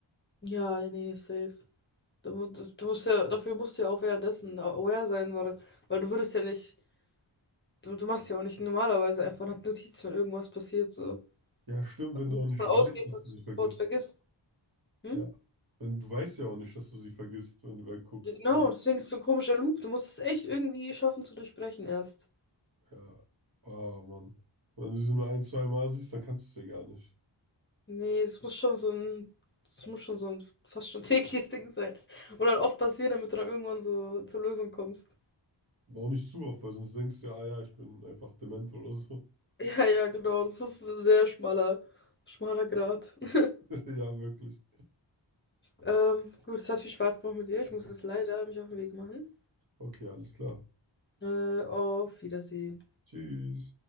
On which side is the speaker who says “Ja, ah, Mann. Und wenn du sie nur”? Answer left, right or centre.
Right